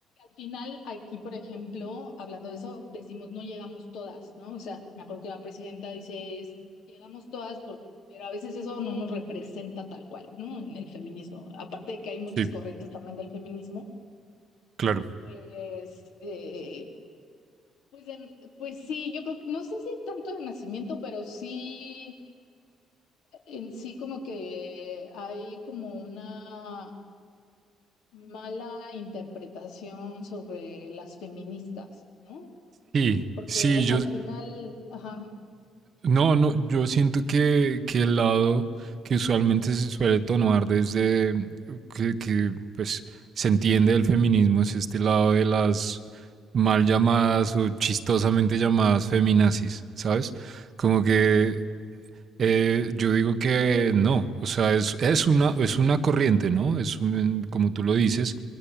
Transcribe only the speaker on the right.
sí,
claro.
Sí,
sí, yo,
No, no, yo siento que, que el lado que usualmente se suele tomar desde mm, que, que, pues se entiende del feminismo es este lado de las mal llamadas o chistosamente llamadas feminazis, ¿sabes? Como que eh, yo digo que no, o sea, es, es una, es una corriente, ¿no? Es un- como tú lo dices,